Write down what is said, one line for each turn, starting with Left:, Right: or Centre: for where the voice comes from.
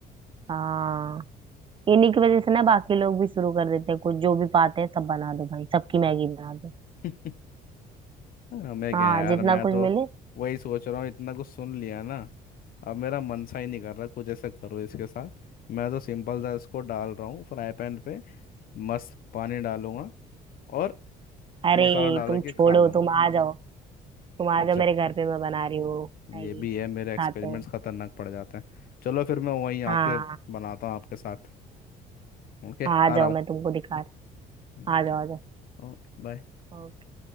Right: हाँ इन्हीं की वजह से ना बाकी लोग भी शुरू कर देते हैं कुछ जो भी पाते हैं सब बना दो भाई सबकी मैगी बना दो
Left: <laughs> हमें
Right: हाँ
Left: क्या है यार
Right: जितना
Left: मैं
Right: कुछ
Left: तो
Right: मिले
Left: वही सोच रहा हूँ इतना कुछ सुन लिया ना अब मेरा मन सा ही नहीं कर रहा कुछ ऐसा करो इसके साथ मैं तो सिंपल सा इसको डाल रहा हूँ फ्राई पैन पे मस्त पानी डालूंगा और
Right: अरे
Left: मसाला डाल
Right: तुम
Left: के
Right: छोड़ो
Left: खा लूंगा
Right: तुम आ जाओ तुम आ
Left: अच्छा
Right: जाओ मेरे घर पे मैं बना रही हूँ मैगी
Left: ये भी है मेरे एक्सपेरिमेंट्स
Right: खाते हैं
Left: खतरनाक पड़ जाते हैं चलो फिर मैं वहीं आके
Right: हाँ
Left: बनाता हूँ आपके साथ ओके
Right: आ
Left: आ रहा
Right: जाओ
Left: हूँ
Right: मैं तुमको दिखा रही
Left: ठीक
Right: हूँ, आ जाओ
Left: है
Right: आ जाओ
Left: ओके बाय
Right: ओके